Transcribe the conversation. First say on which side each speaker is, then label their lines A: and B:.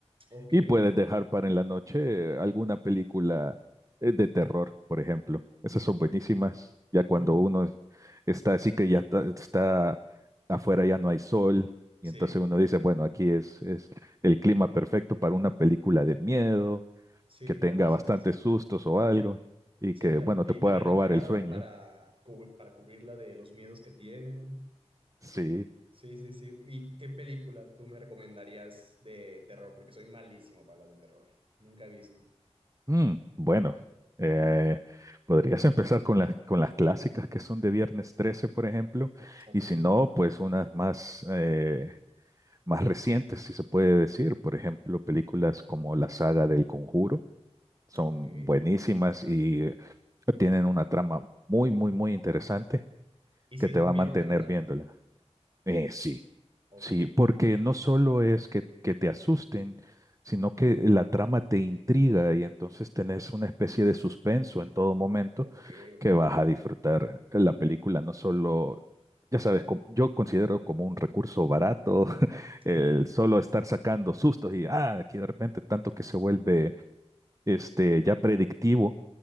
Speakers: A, on the right (about 50°); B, on the right (about 30°).
A: ok.
B: Y puedes dejar para en la noche eh, alguna película eh, de terror, por ejemplo. Esas son buenísimas. Ya cuando
A: Co-
B: uno es- está así que ya está, está afuera, ya no hay sol. Y
A: Sí,
B: entonces uno dice, bueno, aquí es, es el clima perfecto para una película de miedo
A: sí,
B: que tenga
A: claro, sí,
B: bastantes
A: sí, sí.
B: sustos o algo y
A: Sí,
B: que,
A: claro.
B: bueno,
A: Y
B: te pueda
A: tenerla
B: robar
A: pegada
B: el sueño.
A: para, cub- para cubrirla de los miedos que tiene, ¿no?
B: Sí.
A: Sí, sí, sí. ¿Y qué película tú me recomendarías de terror? Porque soy malísimo para las de terror. Nunca he visto.
B: Mm, bueno, eh, podrías empezar con las, con las clásicas que son de Viernes trece por ejemplo,
A: Ok,
B: y si no, pues unas más, eh, más recientes, si se puede decir. Por ejemplo, películas como la saga del Conjuro son
A: ok.
B: buenísimas y eh, tienen una trama muy, muy, muy interesante
A: ¿Y
B: que
A: si
B: te
A: dan
B: va
A: miedo
B: a mantener
A: de verdad?
B: viéndola. Eh, sí, sí,
A: Ok,
B: porque
A: ok.
B: no solo es que, que te asusten, sino que la trama te intriga y entonces tenés una especie de suspenso en todo momento
A: Ok, ok.
B: que vas a disfrutar la película, no solo, ya sabes, com- yo considero como un recurso barato <laughs>
A: <laughs>
B: el solo estar sacando sustos y, ah, aquí de repente tanto que se vuelve este, ya predictivo,